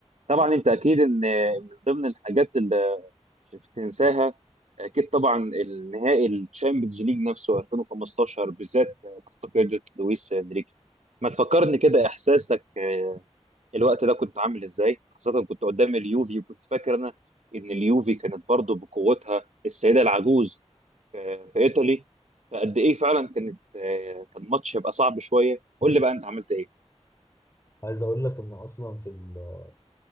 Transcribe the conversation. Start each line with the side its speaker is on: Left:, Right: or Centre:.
Right: طبعا انت اكيد ان من ضمن الحاجات اللي مش هتنساها اكيد طبعا النهائي الشامبيونز ليج نفسه 2015 بالذات تحت قياده لويس انريكي ما تفكرني كده احساسك آه، الوقت ده كنت عامل ازاي خاصه كنت قدام اليوفي وكنت فاكر انا ان اليوفي كانت برضه بقوتها السيده العجوز في في ايطالي فقد ايه فعلا كانت آه، كان ماتش يبقى صعب شويه قول لي بقى انت عملت ايه
Left: عايز اقول لك ان اصلا في ال-